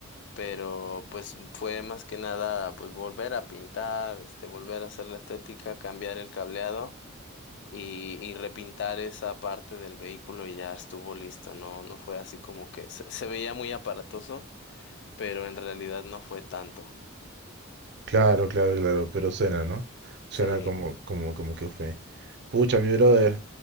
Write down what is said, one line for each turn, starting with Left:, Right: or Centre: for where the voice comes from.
Left: pero pues fue más que nada pues volver a pintar, este, volver a hacer la estética, cambiar el cableado y, y repintar esa parte del vehículo y ya estuvo listo, no, no fue así como que se, se veía muy aparatoso, pero en realidad no fue tanto.
Right: Claro, claro, claro, pero suena, ¿no? Suena
Left: Sí,
Right: como, como, como que fue. Pucha, mi brother.